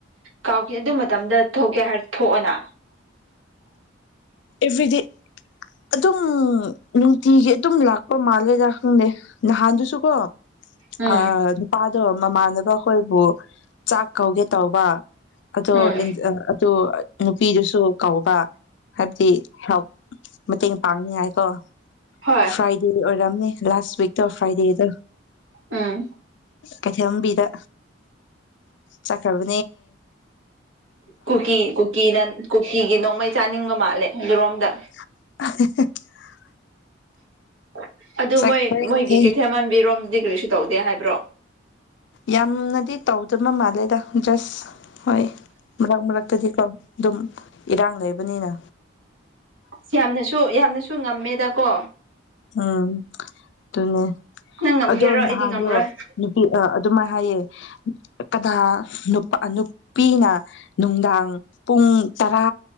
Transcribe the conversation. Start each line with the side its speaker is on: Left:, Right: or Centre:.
Right: ꯀꯥꯎꯈꯤ ꯑꯗꯨ ꯃꯇꯝꯗ ꯊꯣꯛꯀꯦ ꯍꯥꯏꯔ ꯊꯣꯛꯑꯅ
Left: ꯑꯦꯚ꯭ꯔꯤꯗꯦ ꯑꯗꯨꯝ ꯅꯨꯡꯇꯤꯒꯤ ꯑꯗꯨꯝ ꯂꯥꯛꯄ ꯃꯥꯜꯂꯦꯗꯥ ꯈꯪꯅꯩ ꯅꯍꯥꯟꯗꯨꯁꯨ ꯀꯣ
Right: ꯎꯝ
Left: ꯑ ꯅꯨꯄꯥꯗꯣ ꯃꯃꯥꯟꯅꯕ ꯑꯩꯈꯣꯏꯕꯨ ꯆꯥꯛ ꯀꯧꯒꯦ ꯇꯧꯕ ꯑꯣ
Right: ꯎꯝ
Left: ꯑꯗꯨ ꯅꯨꯄꯤꯗꯨꯁꯨ ꯀꯧꯕ ꯍꯥꯏꯕꯗꯤ ꯍ ꯃꯇꯦꯡ ꯄꯥꯡꯅꯤꯉꯥꯏꯀꯣ
Right: ꯍꯣꯏ
Left: ꯐ꯭ꯔꯥꯏꯗꯤ <unintelligible> ꯋꯤꯛꯇꯛꯇꯣ ꯐ꯭ꯔꯥꯏꯗꯦꯗ
Right: ꯎꯝ
Left: ꯀꯩꯊꯦꯜꯕꯤꯗ ꯆꯀꯕꯨ
Right: ꯀꯨꯀꯤ ꯀꯨꯀꯤꯅ ꯀꯨꯀꯤꯒꯤ ꯅꯣꯡꯃꯩ ꯆꯥꯅꯤꯡꯒ ꯃꯥꯜꯂꯦ ꯑꯗꯨꯖꯤꯨꯔꯣꯝꯗ
Left: <inaudible>
Right: <inaudible> ꯑꯗꯨ
Left: ꯆꯠꯈ꯭ꯔꯦ
Right: ꯃꯣꯏ ꯃꯣꯏꯒꯤ ꯀꯩꯊꯦꯜ ꯃꯥꯟꯕꯤꯔꯣꯝ ꯗꯤꯒ꯭ꯔꯤꯁꯨ ꯇꯧꯗꯦ ꯍꯥꯏꯕ꯭ꯔꯣ
Left: ꯌꯥꯝꯅꯗꯤ ꯇꯧꯗꯕ ꯃꯥꯜꯂꯦ ꯗ ꯖꯁ ꯍꯣꯏ ꯃꯔꯛ ꯃꯔꯛꯇꯗꯤꯀꯣ ꯑꯗꯨꯝ ꯏꯔꯥꯡ ꯂꯩꯕꯅꯤꯅ
Right: ꯁ꯭ꯌꯥꯝꯅꯦꯁ ꯁ ꯌꯥꯝꯅꯁꯨ ꯉꯝꯃꯦꯗ ꯀꯣ
Left: ꯎꯝ ꯑꯗꯨꯅꯦ
Right: ꯅꯪ ꯉꯝꯒꯦꯔꯣ
Left: ꯑꯗꯣ
Right: ꯑꯩꯗꯤ
Left: ꯅꯍꯥꯟꯗꯣ
Right: ꯉꯝꯔꯣꯏ
Left: ꯅꯨꯄꯤ ꯑꯗꯨꯃꯥꯏꯅ ꯍꯥꯏꯌꯦ ꯀꯅꯥ ꯅꯨꯄꯥ ꯅꯨꯄꯤꯅ ꯅꯨꯡꯗꯥꯡ ꯄꯨꯡ ꯇꯔꯥ